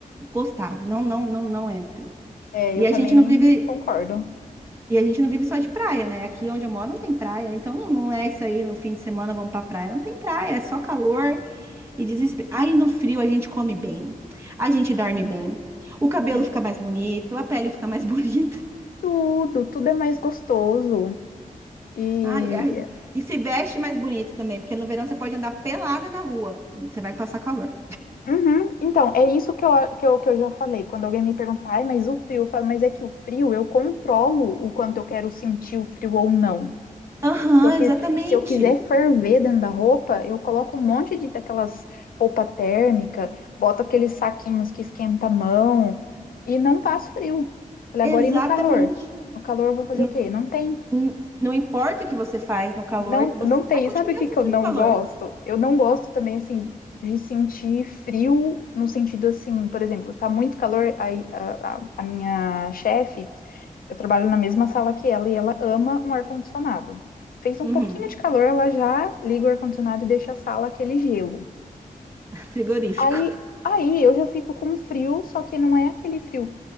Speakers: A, on the right; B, on the left.
A: gostar. Não, não, não, não entra.
B: É,
A: E
B: eu
A: a
B: também
A: gente não vive,
B: concordo.
A: e a gente não vive só de praia, né? Aqui onde eu moro não tem praia, então não, não é isso aí, no fim de semana vamos pra praia. Não tem praia, é só calor e desespero. Aí no frio a gente come bem, a gente dorme bem. O cabelo
B: Ai.
A: fica mais bonito, a pele fica mais <laughs> bonita.
B: Tudo, tudo é mais gostoso. E.
A: Ah, é- é- e se veste mais bonito também, porque no verão você pode andar pelada na rua, você vai passar calor.
B: Uhum. Então, é isso que eu, que eu, que eu já falei. Quando alguém me pergunta, ai, mas o frio, eu falo, mas é que o frio eu controlo o quanto eu quero sentir o frio ou não.
A: Aham,
B: Se eu que-
A: exatamente.
B: se eu quiser ferver dentro da roupa, eu coloco um monte de daquelas roupa térmica, boto aqueles saquinhos que esquenta a mão e não passo frio. Falei,
A: Exatamente.
B: agora e no calor? No calor eu vou fazer
A: Não,
B: o quê? Não tem.
A: n- não importa o que você faz no calor,
B: Não,
A: que você
B: não tem.
A: vai continuar
B: Sabe o que
A: sentindo
B: que eu não
A: calor.
B: gosto? Eu não gosto também, assim, de sentir frio, no sentido assim, por exemplo, tá muito calor, aí a, a- a minha chefe, eu trabalho na mesma sala que ela e ela ama um ar-condicionado. Fez um
A: Uhum.
B: pouquinho de calor, ela já liga o ar-condicionado e deixa a sala aquele gelo.
A: <laughs> Frigorífico.
B: Aí, aí eu já fico com frio, só que não é aquele frio